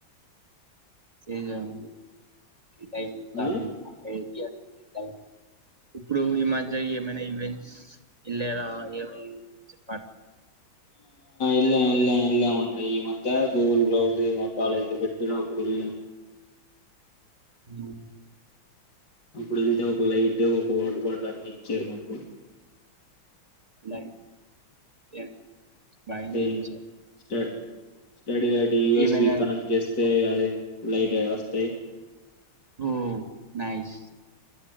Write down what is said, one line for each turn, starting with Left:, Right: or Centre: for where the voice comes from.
Right: <unintelligible> టైమ్ <unintelligible>
Left: ఆ
Right: ఇప్పుడు ఈ మధ్య ఏమైనా ఈవెంట్స్ వెళ్ళరా ఏమైనా
Left: ఇలా ఇలా ఇలా ఉండయి ఈ మధ్య గూగుల్ క్లౌడ్ మా కాలేజ్ పెట్టిన అప్పుడు ఇల్లా
Right: ఆ
Left: అప్పుడు వెళ్తే ఒక లైట్ ఒక వాటర్ బాటిల్ అన్ని ఇచ్చారు మాకు
Right: <inaudible>
Left: అంటే స్ట స్టడీ లైట్ యూఎస్బి
Right: ఏమైనా
Left: కనెక్ట్ చేస్తే అది లైట్ వస్తాయి
Right: ఓ నైస్